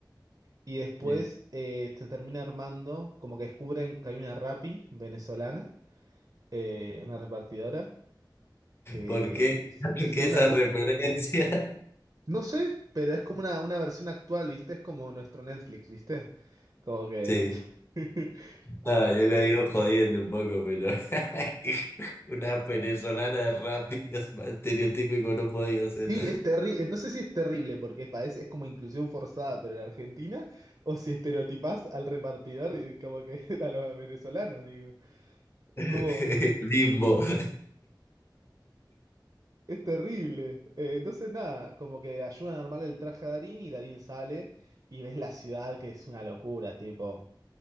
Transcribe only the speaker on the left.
Sí.
¿Por qué?
<laughs> ¿Por
qué
esa
referencia? <laughs>
Sí,
ah, yo lo digo jodiendo un poco, pero <laughs> una venezolana rápida, más estereotípico no podía ser.
<laughs>
Limbo.